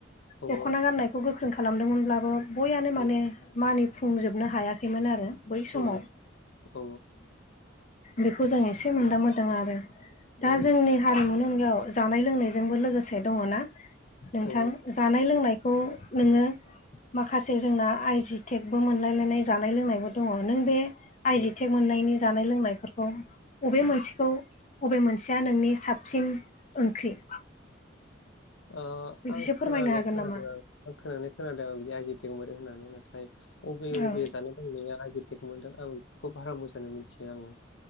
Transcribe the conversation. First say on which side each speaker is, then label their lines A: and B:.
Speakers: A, on the left; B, on the left.
A: औ
B: दख'ना गाननायखौ गोख्रों खालामदोंमोनब्लाबो बययानो माने
A: औ
B: मानिफुंजोबनो हायाखैमोन आरो बै समाव
A: औ औ
B: बेखौ जों एसे मोनदां मोनोदों आरो दा
A: औ
B: जोंनि हारिमुनि अनगायाव जानाय लोंनायजोंबो लोगोसे दङनाा नोंथां।
A: औ
B: जानाय लोंनायखौ नोङो माखासे जोंना आइजि टेकबो मोनलायलायनाय जानाय लोंनायबो दङ नों बे आइजि
A: औ
B: टेक मोननायनि जानाय लोंनायफोरखौ बबे मोनसेखौ बबे मोनसेया नोंनि साबसिन ओंख्रि
A: ओ
B: बेखौसो
A: आं
B: फोरमायनो
A: खोनानानै
B: हागोन
A: खोनादों
B: नामा?
A: आं खोनानानै खोनादों आं बिदि आइजि दंबोदों होननानै नाथाय उबे
B: औ
A: उबे जाना य लोंनाया आइटेक मोनदों आं खुब बारा मोजाङानो मिथियो आङो